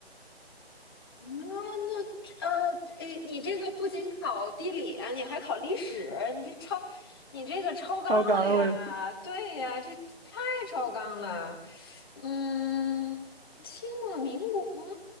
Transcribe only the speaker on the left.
啊，那这呃，哎，你这个不仅考地理啊你还考历史，你这超，你这个超纲了呀？
对呀，这太超纲了。嗯，清末民国啊